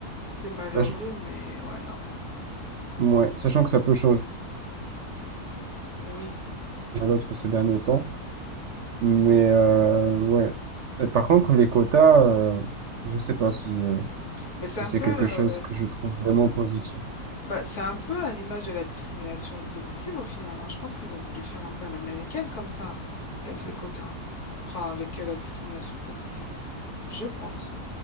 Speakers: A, on the left (about 70°); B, on the right (about 55°).
A: c'est malheureux,
B: Sach-
A: mais ouais, non.
B: ouais. Sachant que ça peut changer
A: Oui,
B: à l'autre ces derniers temps. Mais
A: oui.
B: euh, ouais. Et par contre, les quotas, euh, je sais pas si, euh,
A: Mais c'est
B: si
A: un
B: c'est
A: peu,
B: quelque chose
A: euh,
B: que je trouve vraiment positif.
A: bah, c'est un peu à l'image de la discrimination positive au final. hein. Je pense qu'ils ont voulu faire un peu à l'américaine comme ça, avec les quotas. Enfin, avec euh, la discrimination positive. Je pense.